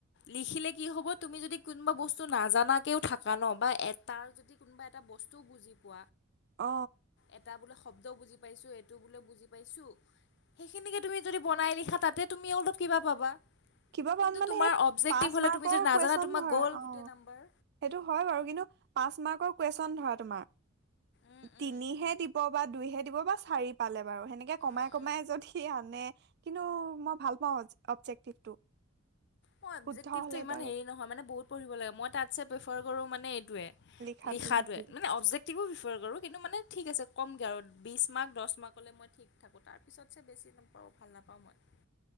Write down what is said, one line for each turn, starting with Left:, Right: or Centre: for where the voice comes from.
Left: লিখিলে কি হ'ব তুমি যদি কোনোবা বস্তু নাজানাকেও থাককা ন বা এ তাৰ যদি কোনোবা এটা বস্তু বুজি পো
Right: অ
Left: এটা বো শব্দ বু এইটো বোলে বুজি পাইছো সেইখিনিকে তুমি য বনাই লিখা তাতে তুমি অলপ কিবা পাবা,
Right: কিবা পাম
Left: কিন্ত
Right: মানে
Left: তোমাৰ
Right: সেই
Left: অঞ্জেক্টিব
Right: পাঁচ
Left: হলে
Right: মাৰ্কৰ
Left: তুমি য নাজানা
Right: কুৱেশচন
Left: তোমাৰ
Right: ধৰা
Left: গ'ল
Right: অ
Left: গোটে নাম্বাৰ।
Right: সেইটো হয় বাৰু কিন্তু পাঁচ মাৰ্কৰ কুৱেশ্বন ধৰা
Left: উম উম
Right: তিনিহে
Left: উম
Right: দিব বা দুইহে দিব বা চাৰি পালে, <inaudible> সেনেকে কমাই
Left: উম
Right: কমাই
Left: উম
Right: যদি আনে, কিন্তু মই ভাল পাওঁ <inaudible>
Left: মই অভজেক্টিভটো
Right: শুদ্ধ হলে
Left: ইমান
Right: ডাইৰেক্ট
Left: হেৰী নহয়, মানে বহুত পঢ়িব লাগে মই তাৎসে প্ৰেফাৰ কৰোঁ মানে এই <inaudible> <inaudible> প্ৰিফাৰ
Right: লিখাটো নেকি
Left: কৰোঁ কিন্তু মানে ঠিক আছে কমগৈ আৰু বিশছ মাৰ্ক দহ মাৰ্কলৈ মই ঠিক থাকোঁ তাৰপিছত বেছি ভাল পাওঁ ভাল নাপাওঁ মই।